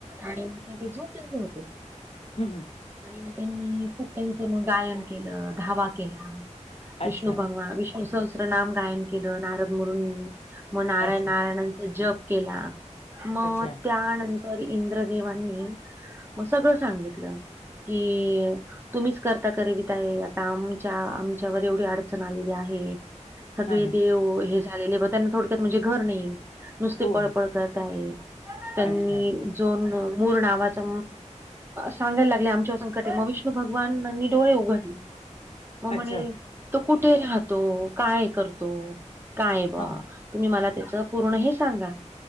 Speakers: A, on the right; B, on the left.
A: आणि मग ते ते झोपलेले होते.
B: हं हं.
A: आणि मग त्यांनी खूप काहीच मग गायन केलं धावा केला विष्णू
B: अच्छा.
A: भगवा विष्. सहस्त्रनाम गायन केलं नारद मुरूंनी म नारायण
B: अच्छा.
A: नारायणचा जप केला. म
B: अच्छा.
A: त्यानंतर इंद्रदेवांनी म सगळं सांगितलं. की अ. तुम्हीच करता करविता आहे आता आमच्या आमच्यावर एवढी अडचण आलेली आहे. सगळे
B: हां, हां.
A: देव हे झालेले बा त्यांना थोडक्यात म्हणजे घर नाही. नुसती
B: हो,
A: पळपळ
B: हो.
A: करताये त्यांनी
B: अच्छा.
A: जोन मूर नावाचा. सांगायला लागले आमच्याव संकट ये मग विष्णू भगवानांनी डोळे उघडले. म म्हणे
B: अच्छा.
A: तो कुठे राहतो काय करतो काय बुवा.
B: हां, हां.
A: तुम्ही मला त्याच पूर्ण हे सांगा.